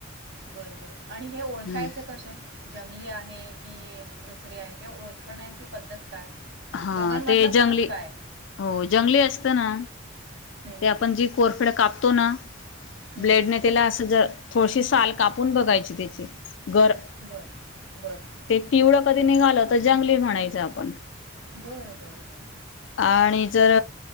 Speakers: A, on the right; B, on the left.
A: बरबर आणि हे ओळखायचं
B: हम्म
A: कसे, जंगली आहे हे की दुसरी आहे हे ओळखण्याची पद्धत काय?
B: हा
A: दोघांमधला
B: ते
A: फरक
B: जंगली
A: काय
B: हो जंगली असतं ना
A: हं,
B: ते आपण जी कोरफड कापतो ना,
A: हं.
B: ब्लेडने त्याला अस थोडीशी साल कापून बघायची त्याची. गर
A: बरं बरं
B: ते पिवळ कधी निघालं, तर जंगली म्हणायचं आपण.
A: बर बर बर.
B: आणि जर